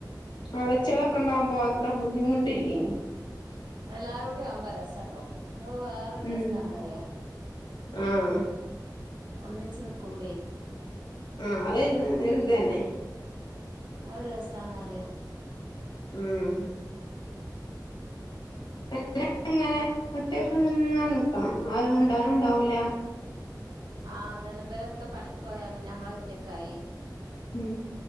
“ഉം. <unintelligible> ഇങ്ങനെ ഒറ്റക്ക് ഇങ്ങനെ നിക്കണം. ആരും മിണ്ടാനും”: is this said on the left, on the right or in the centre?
Left